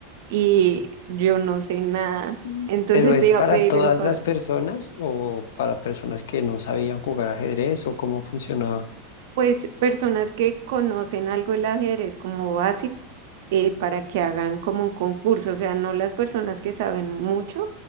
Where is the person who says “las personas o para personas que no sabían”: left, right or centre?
Left